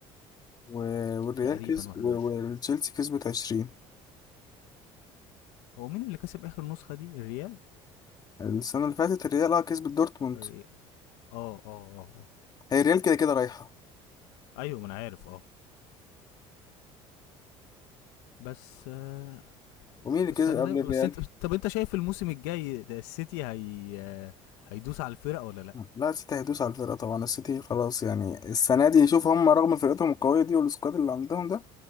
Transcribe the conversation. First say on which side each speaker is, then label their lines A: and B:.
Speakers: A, on the left; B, on the left.
A: و- والريال
B: تقريبا
A: كسب
B: 21
A: والتشيلسي كسبت 20
B: هو مين اللي كسب اخر نسخه دي الريال
A: السنة اللي فاتت الريال اه كسبت دورتموند
B: الريال اه اه اه اه
A: هي الريال كده كده رايحة
B: ايوه ما انا عارف اه بس آه،
A: ومين اللي
B: بس
A: كسب
B: انا
A: قبل
B: زي بس
A: الريال؟
B: انت طب انت شايف الموسم الجاي ده السيتي هي آه، هيدوس على الفرق ولا لا
A: لا السيتي هيدوس على الفرقة طبعا السيتي خلاص يعني السنة دي شوف هم رغم فرقتهم القوية دي والسكواد اللي عندهم ده